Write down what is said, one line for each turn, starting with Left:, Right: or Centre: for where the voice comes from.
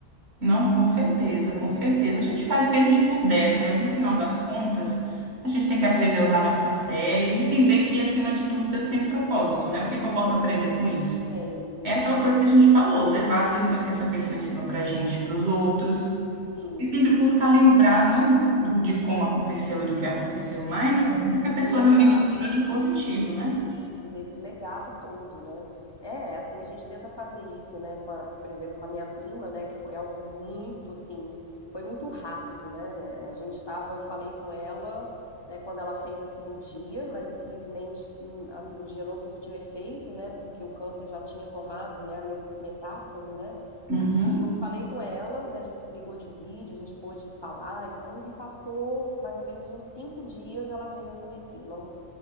Right: Não, com certeza, com certeza. A gente faz o que a gente puder, né? Mas no final das contas, a gente tem que aprender a usar a nossa fé e entender que, acima de tudo, Deus tem um propósito, né? O que que eu posso aprender com isso?
Left: Sempre,
Right: É
Left: com
Right: aquela
Left: certeza.
Right: coisa que a gente falou, levar as lições que essa pessoa ensinou pra gente, pros outros.
Left: Sim,
Right: E sempre buscar lembrar, não do, do- de como aconteceu e do que aconteceu, mas
Left: é,
Right: do que a pessoa
Left: do legado.
Right: realmente deixou de positivo, né?
Left: Isso, desse legado todo, né? É, assim, a gente tenta fazer isso, né, com a- por exemplo, com a minha prima, né, que foi algo muito, assim, foi muito rápido, né? É, A gente tava, eu falei com ela, né, quando ela fez a cirurgia, mas infelizmente hum, a cirurgia não surtiu efeito, né, porque o câncer já tinha tomado, né, a mes- metástase, né?
Right: Uhum.
Left: E eu falei com ela, né, a gente se ligou de vídeo, a gente pôde falar e tudo, e passou mais ou menos uns cinco dias, ela veio a falecer, não